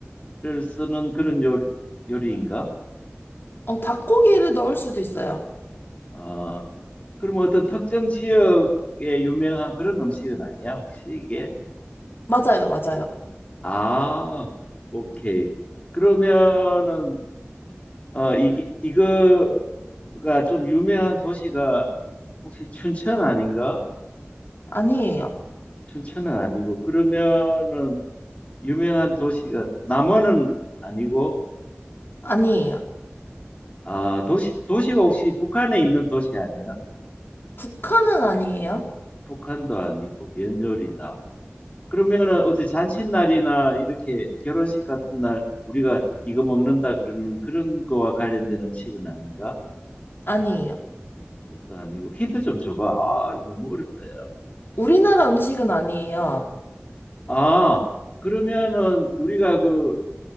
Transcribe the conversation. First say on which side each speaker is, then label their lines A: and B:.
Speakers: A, on the left; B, on the left.
A: 를 쓰는 그런 요, 요리인가?
B: 어, 닭고기를 넣을 수도 있어요.
A: 아, 그럼 어떤 특정 지역에 유명한 그런 음식은 아니야, 혹시 이게?
B: 맞아요, 맞아요.
A: 아, 오케이. 그러면은 어, 이게 이거가 좀 유명한 도시가 혹시 춘천 아닌가?
B: 아니에요.
A: 춘천은 아니고 그러면은 유명한 도시가 남원은 아니고
B: 아니에요.
A: 아 도시 도시가 혹시 북한에 있는 도시 아니야?
B: 북한은 아니에요.
A: 북한도 아니고 면요리다. 그러면은 어디 잔칫날이나 이렇게 결혼식 같은 날 우리가 이거 먹는다 그러는 그런 거와 관련된 음식은 아닌가?
B: 아니에요.
A: 그것도 아니고 힌트 좀 줘봐. 아 너무 어렵다 야.
B: 우리나라 음식은 아니에요.
A: 아 그러면은 우리가 그